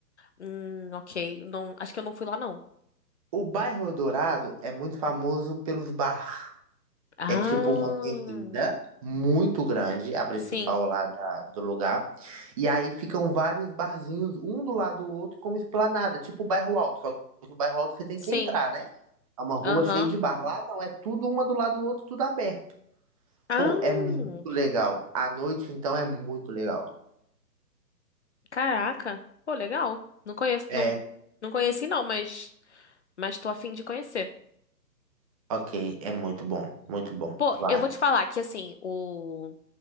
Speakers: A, on the left; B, on the right.
A: Hum, ok. Não, acho que eu não fui lá não.
B: O bairro Eldorado é muito famoso pelos barracos
A: Ah,
B: É tipo uma avenida muito grande, a principal
A: sim,
B: lá da- do lugar. E aí ficam vários barzinhos, um do lado do outro, como esplanada, tipo o bairro alto. Só que o bairro alto você tem
A: sim.
B: que entrar, né? É uma rua
A: Aham.
B: cheia de bar. Lá não, é tudo uma do lado do outro, tudo aberto.
A: Ah,
B: Pô, é muito legal. À noite, então, é muito legal.
A: caraca. Pô, legal. Não conheço, não,
B: É,
A: não conheci não, mas mas tô a fim de conhecer.
B: ok, é muito bom, muito bom.
A: Pô,
B: Vá.
A: eu vou te falar que assim, o